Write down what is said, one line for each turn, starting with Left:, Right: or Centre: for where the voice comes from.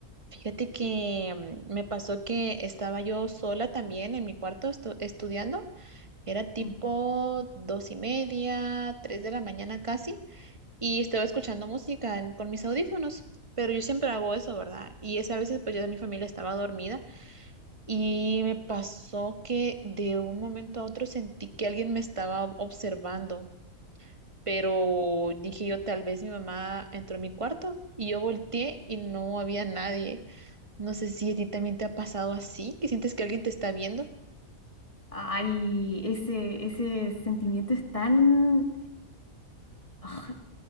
Right: Fíjate que mm, me pasó que estaba yo sola también en mi cuarto estu- estudiando. Era tipo
Left: Mm.
Right: dos y media, tres de la mañana casi. y estaba escuchando música en- con mis audífonos, pero yo siempre hago eso, ¿verdad? Y esa veces pues ya mi familia estaba dormida y me pasó que de un momento a otro sentí que alguien me estaba observando, pero dije yo tal vez mi mamá entró a mi cuarto y yo volteé y no había nadie. No sé si a ti también te ha pasado así, que sientes que alguien te está viendo.
Left: Ay, ese, ese sentimiento es tan... ah,